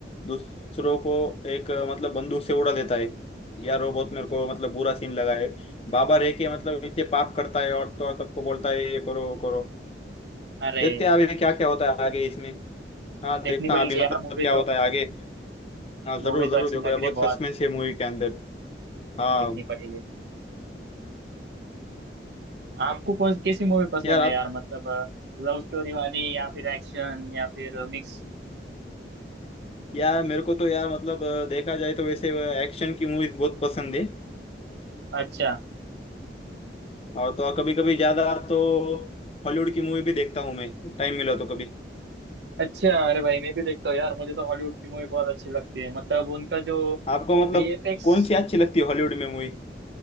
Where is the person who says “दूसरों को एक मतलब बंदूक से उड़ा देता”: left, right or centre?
Left